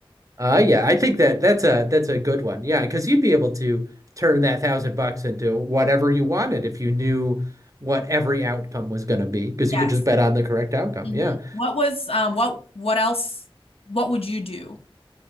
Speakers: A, on the right; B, on the left.
A: uh yeah, I think that that's a that's a good one. Yeah, because you'd be able to turn that thousand bucks into whatever you wanted if you knew what every outcome was going to be, because you
B: Yes.
A: could just bet on the correct outcome.
B: Mhm.
A: Yeah.
B: What was um what what else? What would you do?